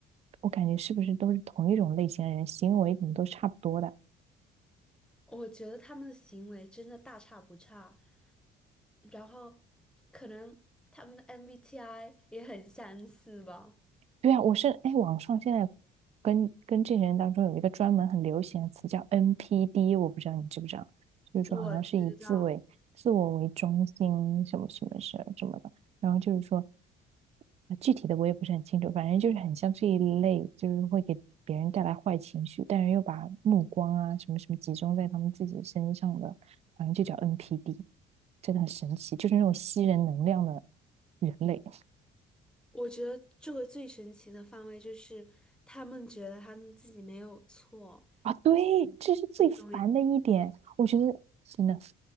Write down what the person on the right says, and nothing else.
我感觉是不是都是同一种类型的人，行为怎么都差不多的？
对啊，我是，哎，网上现在跟跟这些人当中有一个专门很流行的词叫 NPD，我不知道你知不知道，就是说好像是以自为自我为中心什么什么什什么的，
然后就是说，呃具体的我也不是很清楚，反正就是很像这一类，就是会给别人带来坏情绪，但是又把目光啊什么什么集中在他们自己身上的，反正就叫 NPD，真的很神奇，就是那种吸人能量的人类。
啊，对，这是最烦的一点。
我觉得真的，